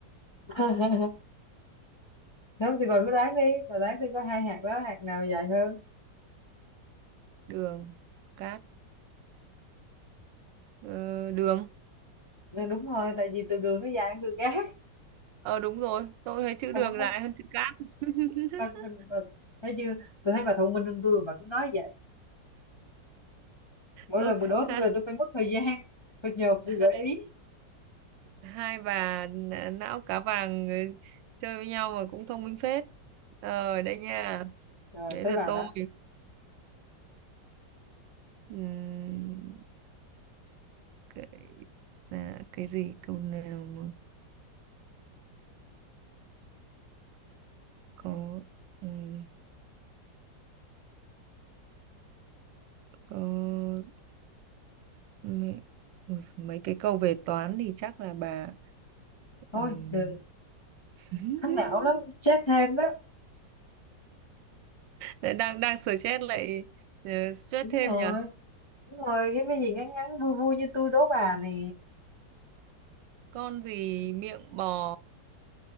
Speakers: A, on the left (about 30°); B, on the right (about 85°).
A: <laughs> Đúng thì bà cứ đoán đi. Bà đoán tôi có hai hạt đó, hạt nào dài hơn?
B: đường cát ờ, đường
A: Nên đúng thôi, tại vì từ đường nó dài hơn từ cát.
B: ờ đúng rồi tôi thấy chữ
A: Bà
B: đường
A: thông minh.
B: dài hơn chữ cát <laughs>
A: Bà, bà, bà, thấy chưa? Tôi thấy bà thông minh hơn tôi mà bà cứ nói vậy. Mỗi
B: Ôi,
A: lần bà đố
B: ha,
A: tôi là tôi phải mất thời gian. Phải nhờ sự
B: hai,
A: gợi ý.
B: hai bà n- não cá vàng ừ, chơi với nhau mà cũng thông minh phết rồi đây nha
A: Rồi
B: đấy
A: tới
B: là
A: bà
B: tôi
A: đó.
B: Ừm, cái dạ, cái gì câu nào mà có ừm, có mấy, ui, mấy cái câu về toán thì chắc là bà
A: Thôi
B: ừm,
A: đừng.
B: <laughs>
A: Thắc não lắm. Chết thêm đó.
B: lại đang đang stress lại ờ, stress
A: Đúng
B: thêm
A: rồi.
B: nhỉ
A: Đúng rồi, cái cái gì ngắn ngắn vui vui như tôi đố bà nè.
B: con gì miệng bò